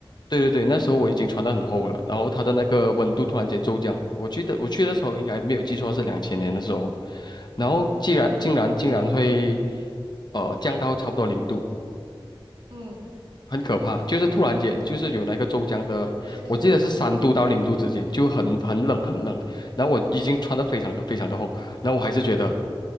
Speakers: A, on the left; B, on the right.
A: 对对对，那时候我已经穿得很厚了，然后它的那个温度突然间骤降。我记得我去的时候应该没有记错是两千年的时候，然后竟然竟然竟然会呃降到差不多零度，
B: 嗯，
A: 很可怕。就是突然间就是有那个骤降的，
B: 对对对对
A: 我记得是三度到零度之间，就很很冷很冷。然后我已经穿得非常的非常的厚，然后我还是觉得